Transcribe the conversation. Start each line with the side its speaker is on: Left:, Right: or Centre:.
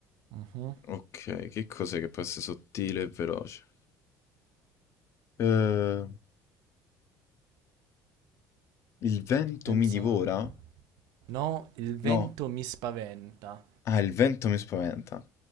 Right: Mhm.
Left: Ok, che cos'è che può essere sottile e veloce? Eh, il vento
Right: Pensa...
Left: mi divora?
Right: No, il vento
Left: No,
Right: mi spaventa.
Left: ah, il vento mi spaventa.